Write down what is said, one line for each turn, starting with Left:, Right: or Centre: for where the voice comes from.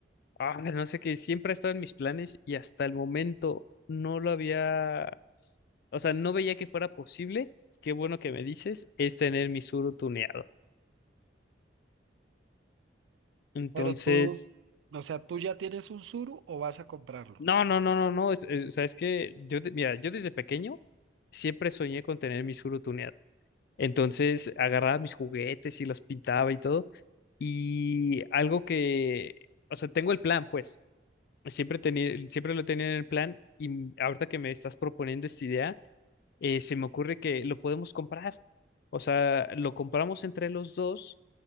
Left: ah, no sé, que siempre ha estado en mis planes y hasta el momento no lo había, o sea, no veía que fuera posible, qué bueno que me dices, es tener mi suru tuneado. Entonces,
Right: Pero tú, o sea, ¿tú ya tienes un Suru o vas a comprarlo?
Left: no, no, no, no, no, es, es- o sea, es que yo, de- mira, yo desde pequeño siempre soñé con tener mi suru tuneado. Entonces agarraba mis juguetes y los pintaba y todo. Y algo que, o sea, tengo el plan, pues, siempre tenía, siempre lo tenía en el plan y m- ahorita que me estás proponiendo esta idea, eh, se me ocurre que lo podemos comprar. O sea, lo compramos entre los dos